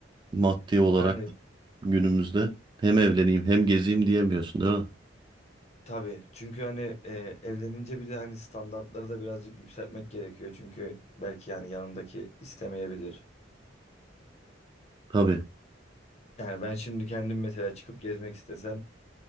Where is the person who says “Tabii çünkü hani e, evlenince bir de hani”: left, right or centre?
Left